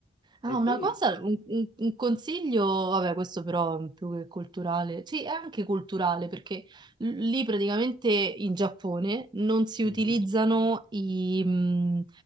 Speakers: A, on the right; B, on the left.
A: Ah,
B: E
A: una
B: poi...
A: cosa, un, un- un consiglio, vabbè, questo però è più che culturale, sì, è anche culturale perché l- lì praticamente in Giappone non si utilizzano
B: mhm.
A: i, mh,